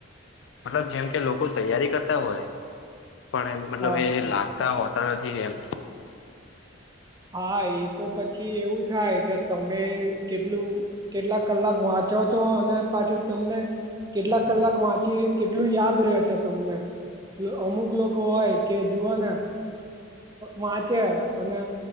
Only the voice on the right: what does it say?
હા
હા એ તો પછી એવું થાય કે તમે કેટલું કેટલાક કલાક વાંચો છો અને પાછું તમને કેટલા કલાક વાંચી કેટલું યાદ રહે છે? તમને અમુક લોકો હોય કે જુઓને વાંચ્યા અને